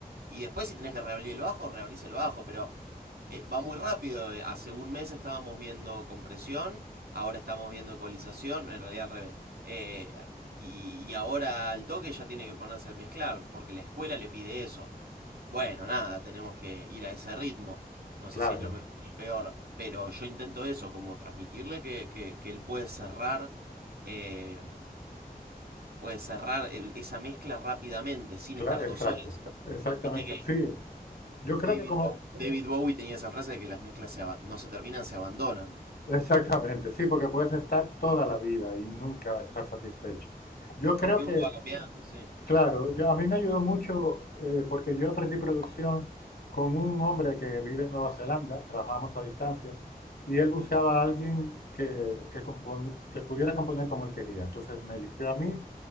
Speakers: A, on the right; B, on the left.
A: y después si tenés que reabrir el bajo, reabrís el bajo, pero eh, va muy rápido. Eh, Hace un mes estábamos viendo compresión, ahora estamos viendo ecualización, en realidad al revés. Eh, y, y ahora al toque ya tiene que ponerse a mezclar, porque la escuela le pide eso. Bueno, nada, tenemos que ir a ese ritmo. No
B: claro.
A: sé si es lo mejor o lo peor, pero yo intento eso, como transmitirle que, que- que él puede cerrar, eh, puede cerrar eh, esa mezcla rápidamente, sin
B: Cla-
A: estar
B: exacto,
A: dos horas.
B: exactamente.
A: Viste que
B: Sí, yo creo
A: David,
B: que como,
A: Bow- David Bowie tenía esa frase de que las mezclas se aba- no se terminan, se abandonan.
B: exactamente, sí, porque puedes estar toda la vida y nunca estar satisfecho. Yo
A: Es
B: creo
A: Porque
B: que,
A: uno va cambiando, sí.
B: claro, yo, a mí me ayudó mucho eh, porque yo aprendí producción con un hombre que vive en Nueva Zelanda, trabajábamos a distancia, y él buscaba a alguien que, que, componi- que pudiera componer como él quería. Entonces me eligió a mí